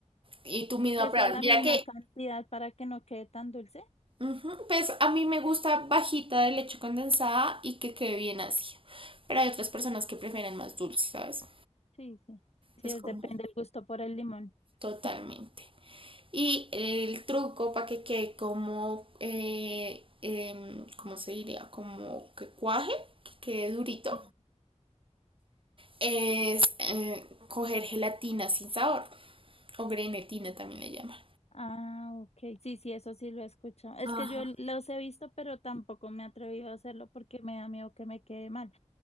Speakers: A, on the right; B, on the left.
A: y tú misma
B: Que
A: probar.
B: sea la
A: Mira
B: misma
A: que,
B: cantidad para que no quede tan dulce.
A: ujú, pues a mí me gusta bajita de leche condensada y que quede bien ácida. Pero hay otras personas que prefieren más dulce, ¿sabes?
B: Sí, sí. Sí,
A: Es
B: es-
A: como
B: depende el gusto por el limón.
A: totalmente.
B: <laughs>
A: Y el truco para que quede como, eh, eh, ¿cómo se diría? Como que cuaje, que quede durito,
B: Sí.
A: es eh, coger gelatina sin sabor, o grenetina también le llaman.
B: Ah, ok. Sí, sí, eso sí lo he escuchado. Es
A: Ajá.
B: que yo los he visto, pero tampoco me he atrevido a hacerlo porque me da miedo que me quede mal.